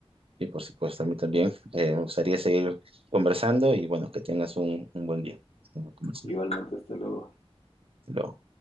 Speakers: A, on the right; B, on the left.
A: Y por supuesto, a mí también. Eh, me gustaría seguir conversando y bueno, que tengas un, un buen día. Estamos conversando.
B: Igualmente, hasta luego.
A: Hasta luego.